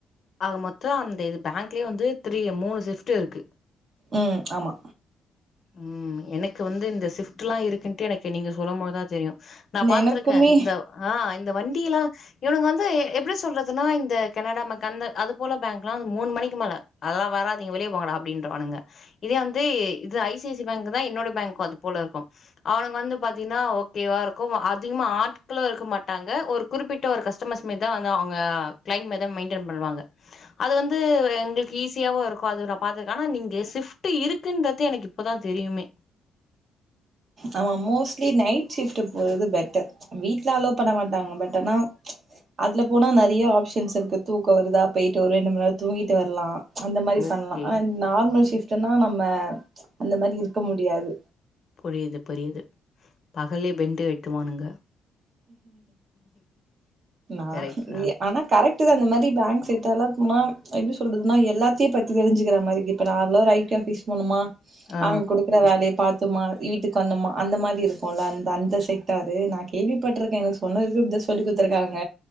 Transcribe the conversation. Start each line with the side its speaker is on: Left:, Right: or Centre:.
Left: ஆக மொத்தோ அந்த இது பேங்க்லேயே வந்து த்ரீ மூணு ஷிப்ட் இருக்கு
Right: ம் ஆமா
Left: ம் எனக்கு வந்து இந்த சிஃப்ட் எல்லா இருக்குன்ட்டு எனக்கு நீங்க சொல்லும்போதுதா தெரியு நா பாத்திருக்கே
Right: எனக்குமே
Left: இந்த ஆ இந்த வண்டியல்லா இவனுங்க வந்து எப்டி சொல்றதுன்னா இந்த கனடா மக் அந்த அதுபோல பேங்க் எல்லா மூணு மணிக்கு மேல அதெல்லா வராதிங்க வெளியே போங்கடா அப்டின்றவானுங்க இதே வந்து இது I C I C I bank தா என்னோட பேங்கு அது போல இருக்கு அவனுங்க வந்து பாத்தீங்கன்னா ஓகேவா இருக்கு அதிகமா ஆட்களு இருக்க மாட்டாங்க ஒரு குறிப்பிட்ட ஒரு கஸ்டமர்ஸுமே தா அவுங்க கிளைண்ட் மெதம் மெயின்டென் பண்ணுவாங்க அது வந்து எங்களுக்கு ஈஸியாவு இருக்கு அது நா பாத்ருக்கே ஆனா நீங்க ஷிப்ட்டு இருக்குன்ற து எனக்கு இப்பதா தெரியுமே
Right: ஆமா மோஸ்ட்லி நைட் ஷிப்ட்டு போறது பெட்டர் வீட்ல அலோவ் பண்ண மாட்டாங்க பட் ஆனா அதுல போனா நெறைய ஆப்ஷன்ஸ் இருக்கு தூக்க வருதா போயிட்டு ஒரு ரெண்டு மண்நேர தூங்கிட்டு வர்லா அந்த மாரி
Left: ஓகே
Right: பண்லா ஆ நார்மல் ஷிப்ட்டுன்னா நம்ம அந்த மாரி இருக்க முடியாது
Left: புரியிது புரியிது பகல்லே பென்ட்டு கயிட்டுவானுங்க
Right: நா
Left: கரெக்ட்
Right: நீ
Left: தான்.
Right: ஆனா கரெக்ட்டுதா அந்த மாரி பேங்க் செட்டார்லா போனா எப்டி சொல்றதுன்னா எல்லாத்தையு பத்தி தெரிஞ்சுக்கற மாரி இப்போ நான்லா ஒரு ஐக்க ஃபீஸ் போனோமா
Left: ஆ
Right: அங்க கொடு இருக்கிற வேலைய பாத்தோமா வீட்டுக்கு வந்தோமா அந்த மாரி இருக்கும்ல அந்த அந்த செக்டாரு நா கேள்வி பட்ருக்கே எனக்கு சொன்னதுக்கு இப்டிதா சொல்லிக் குடுத்துருக்காங்க